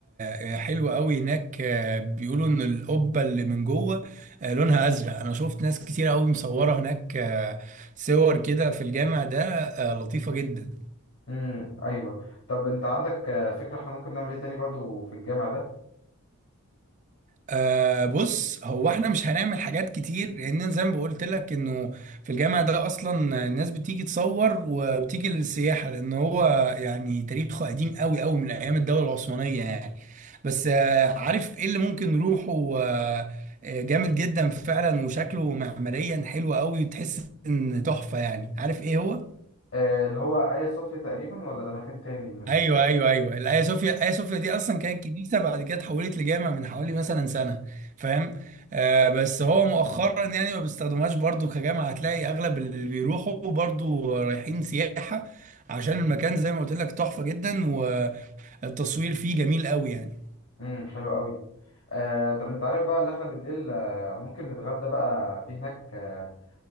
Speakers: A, on the right (about 35°); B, on the left (about 70°).
A: آه، حلو قوي هناك آه، بيقولوا ان القبه اللي من جوه آه، لونها ازرق انا شفت ناس كتير قوي مصوره هناك آه، صور كده في الجامع ده آه، لطيفه جدا
B: امم ايوه طب انت عندك آه، فكره احنا ممكن نعمل ايه تاني برضو في الجامع ده
A: أه بص هو احنا مش هنعمل حاجات كتير لان زي ما قلت لك انه في الجامعة ده اصلا الناس بتيجي تصور وبتيجي للسياحة لان هو يعني تاريخه قديم قوي قوي من ايام الدولة العثمانية يعني بس أه عارف ايه اللي ممكن نروحه أه آه، جامد جدا فعلا وشكله معماريا حلو قوي وتحس ان تحفة يعني عارف ايه هو
B: آه، اللي هو ايا صوفيا تقريبا ولا ده مكان تاني اللي...
A: ايوه ايوه ايوه الايا صوفيا ايا صوفيا دي اصلا كانت كنيسه بعد كده اتحولت لجامع من حوالي مثلا سنه فاهم آه بس هو مؤخرا يعني ما بيستخدموهاش برضو كجامع هتلاقي اغلب اللي بيروحوا برضو رايحين سياحه عشان المكان زي ما قلت لك تحفه جدا والتصوير فيه جميل قوي يعني
B: امم حلو قوي آه طب انت عارف بقى اللي احنا بالليل آه ممكن نتغدى بقى في هناك آه